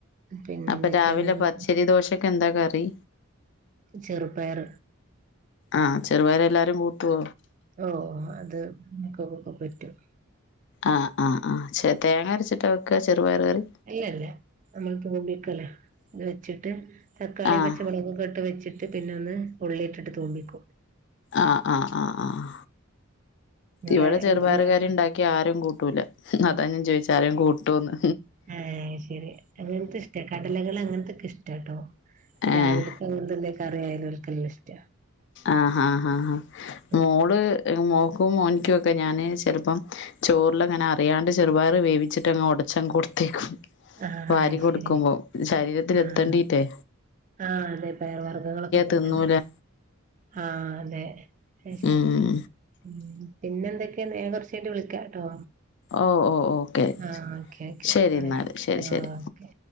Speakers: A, on the right; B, on the left.
A: പിന്നെ
B: അപ്പ
A: എന്തൊക്കെയാണ്
B: രാവിലെ പച്ചരി ദോശക്കെന്താ കറി
A: ചെറുപ്പയർ.
B: ആഹ് ചെറുപയറെല്ലാരും കൂട്ടോ
A: ഓഹ് അത് നമുക്കക്കെ പറ്റും.
B: ആഹ് ആഹ് ആഹ് ചെ തേങ്ങരച്ചിട്ടാ വെയ്ക്ക്ക ചെറുപയറ് കറി
A: ഇല്ല ഇല്ല നമ്മൾ തൂമ്പിക്കല്ലോ ഇത് വെച്ചിട്ട് തക്കാളിയും,
B: ആഹ്
A: പച്ചമുളകൊക്കെ ഇട്ട് വെച്ചിട്ട് പിന്നെ ഒന്ന് ഉള്ളി ഇട്ടിട്ട് തൂമ്പിക്കോ
B: ആഹ് ആഹ് ആഹ് ആഹ്
A: നിങ്ങള്
B: ഇവിടെ ചെറുപയറുകറീണ്ടാക്കിയ
A: എന്താ ഇണ്ടാക്ക
B: ആരും കൂട്ടൂല്ല അതാ ഞൻ ചോയ്ച്ച ആരേം കൂട്ടു ട്ടോന്ന്
A: ആഹ് യ്ശരി അങ്ങനത്തെ ഇഷ്ട കടലകള്ങ്ങനത്തെക്കെ ഇഷ്ടാട്ടോ
B: ഏഹ്
A: രാവിലെ അത്കൊണ്ടെന്തെ കറിയായാലു ഇവര്ക്കെല്ലായ്ഷ്ട
B: ആഹാ ഹാ ഹാ
A: ഉം
B: മോള് മോക്കും മോനിക്കു ഒക്കെ ഞാന് ചെലപ്പം ചോറിലങ്ങനെ അറിയാണ്ട് ചെറുപയറ് വേവിച്ചിട്ടങ്ങ ഒടച്ചങ്ങ് കൊടുത്തേക്കും.
A: ആഹ്
B: വാരി
A: അത്
B: കൊടുക്കുമ്പോം
A: ശരി
B: ശരീരത്തി
A: ആഹ്
B: എത്തേണ്ടിറ്റേ
A: ആഹ് അതെ പേർ വർഗ്ഗങ്ങളൊക്കെ ഇങ്ങത്തന്നെ
B: തിന്നൂല
A: ആഹ അതെ അഹ് ശരി
B: ഉം
A: ഉം പിന്നെ എന്തൊക്കെയാ? ഞാൻ കുറച്ച് കഴിഞ്ഞിട്ട് വിളിക്കാട്ടോ.
B: ഓ ഓ ഓക്കെ
A: ആഹ് ഓക്കെ ഓക്കെ
B: ശരി എന്നാല്
A: എ
B: ശരി ശരി
A: ആഹ് ഓക്കെ.